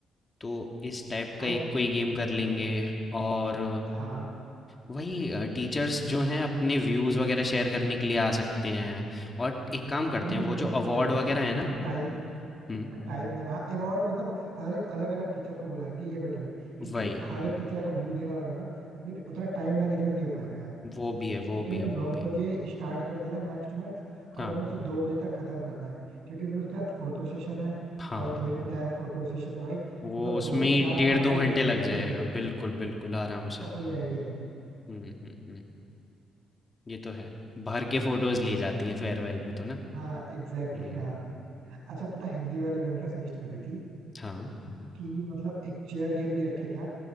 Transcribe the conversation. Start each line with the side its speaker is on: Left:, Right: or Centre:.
Left: तो इस टाइप
Right: और
Left: का एक कोई गेम कर लेंगे और
Right: हाँ
Left: वही अ, टीचर्स जो हैं अपने व्यूज़ वगैरह शेयर करने के लिए आ सकते हैं और एक काम
Right: हाँ
Left: करते
Right: नहीं
Left: हैं वो
Right: लेकिन
Left: जो
Right: पता
Left: अवार्ड
Right: है जैसे
Left: वगैरह है ना
Right: टाइम
Left: हम्म
Right: टाइम में हाँ अवार्ड मतलब हर एक अलग अलग टीचर को बुलाएंगे ये बेटर है क्योंकि
Left: वही
Right: हर एक टीचर का व्यू देना लगा ना तो फिर उतना टाइम मैनेजमेंट नहीं हो पाएगा यार
Left: वो भी है वो
Right: क्योंकि
Left: भी
Right: हमें
Left: है
Right: नौ
Left: वो भी
Right: बजे
Left: है
Right: स्टार्ट कर देना मैक्स टू मैक्स और
Left: हाँ
Right: हमें उसे दो बजे तक खत्म करना है क्योंकि फिर उसके बाद फोटो सेशन है
Left: हाँ
Right: और तुम्हें पता है फोटो सेशन में भाई
Left: वो
Right: मतलब
Left: उसमें
Right: दो से चार
Left: ही डेढ़
Right: पांच
Left: दो
Right: भी
Left: घंटे
Right: बज सकता
Left: लग
Right: है कुछ
Left: जाएगा
Right: भी हो सकता
Left: बिल्कुल
Right: है
Left: बिल्कुल आराम
Right: उसका
Left: से
Right: कोई आइडिया नहीं है
Left: हम्म हम्म हम्म ये तो है भर के फोटोज ली जाती हैं फेयरवेल पे तो ना
Right: हाँ एग्जैक्टली
Left: हम्म
Right: exactly, हाँ अच्छा पता है, हिंदी वाली मैम क्या सजेस्ट कर रही थी
Left: हाँ
Right: कि मतलब एक चेयर गेम भी रखे क्या